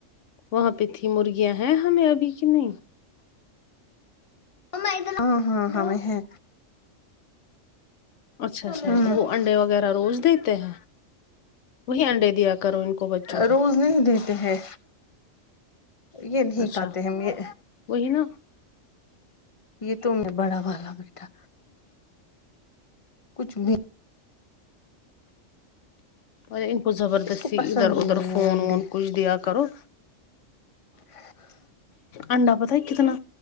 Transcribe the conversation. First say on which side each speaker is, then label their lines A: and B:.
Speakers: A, on the left (about 70°); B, on the left (about 35°).
A: وہاں پہ تھی مرغیاں ہیں ہمیں ابھی کی نہیں
B: ہیں، ہاں ہاں ہاں ہے
A: اچھا اچھا
B: ہوں
A: وہ انڈے وغیرہ روز دیتے ہیں وہی انڈے دیا کرو ان کو بچوں کو
B: روز نہیں دیتے ہیں یہ نہیں
A: اچھا
B: کہتے ہم یہ
A: وہی نا
B: یہ تو بڑا والا بیٹا کچھ بھی
A: اور ان کو زبردستی
B: اس کو پسند
A: ادھر
B: ہی
A: ادھر
B: نہیں
A: فون
B: ہے انڈے
A: وون کچھ دیا کرو
B: <inaudible>
A: انڈا پتا کتنا